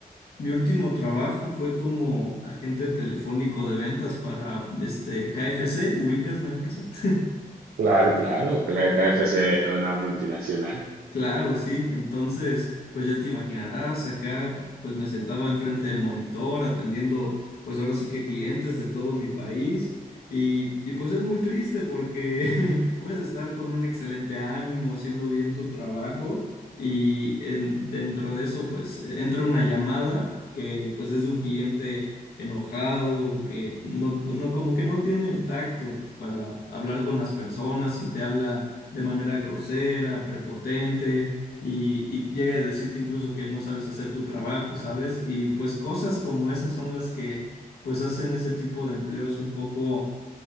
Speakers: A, on the left; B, on the right.
A: Mi último trabajo fue como agente telefónico de ventas para este KFC. ¿Ubicas la empresa? <laughs>
B: Claro, claro, que la KFC es una multinacional.
A: Claro, sí. Entonces, pues ya te imaginarás, acá pues me sentaba enfrente del monitor atendiendo pues ahora sí que clientes de todo mi país y, y pues es muy triste porque <laughs> puedes estar con un excelente ánimo haciendo bien tu trabajo y en- dentro de eso pues eh, entra una llamada que pues es de un cliente enojado que no, no como que no tiene el tacto para hablar con las personas y te habla de manera grosera, prepotente y, y llega a decirte incluso que no sabes hacer tu trabajo, ¿sabes? Y pues cosas como esas son las que pues hacen ese tipo de empleos un poco